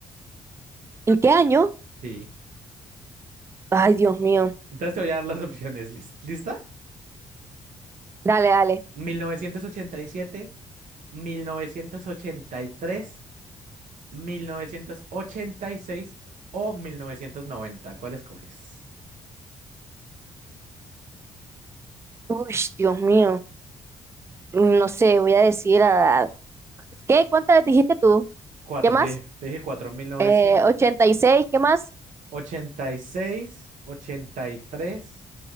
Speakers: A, on the right (about 20°); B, on the right (about 65°).
A: ¿En qué año?
B: Sí.
A: Ay, Dios mío.
B: Entonces te voy a dar las opciones. ¿Lis- ¿Lista?
A: Dale, dale.
B: mil novecientos ochenta y siete, mil novecientos ochenta y tres, mil novecientos ochenta y seis o 1990. ¿Cuál escoges?
A: Uy, Dios mío. mm, No sé, voy a decir a... ¿Qué? ¿Cuántas dijiste tú?
B: Cuatro,
A: ¿Qué más?
B: te dije, te dije cuatro. mil novecientos
A: Eh, 86, ¿qué más?
B: ochenta y seis, ochenta y tres,